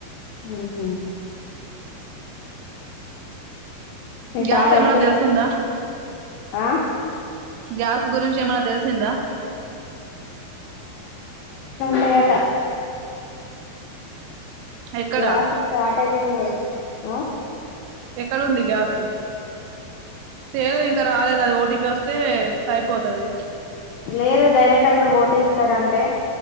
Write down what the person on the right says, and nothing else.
గ్యాసు
ఏమన్నా
తెలిసిందా
గ్యాస్ గురించి ఏమన్నా తెలిసిందా
ఎక్కడా
ఏక్కడ ఉంది గ్యాస్ తేలేదు ఇంకా రాలేదు అది ఓటీపి వస్తే అయిపోతది